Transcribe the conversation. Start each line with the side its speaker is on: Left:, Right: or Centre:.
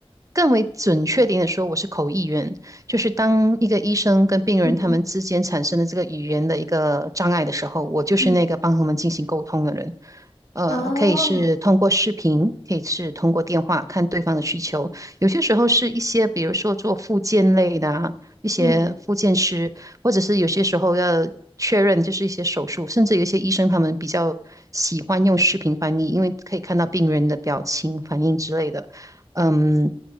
Right: 更为准确点的说，我是口译员，就是当一个医生跟病人他们之间产生的这个语言的一个障碍的时候，
Left: 嗯哼，
Right: 我就是那个帮他们进行沟通的人。
Left: 嗯，
Right: 呃，
Left: 哦，
Right: 可以是通过视频，可以是通过电话，看对方的需求。有些时候是一些，比如说做复健类的啊，一些复健师，
Left: 嗯，
Right: 或者是有些时候要确认，就是一些手术，甚至有一些医生他们比较喜欢用视频翻译，因为可以看到病人的表情、反应之类的。嗯，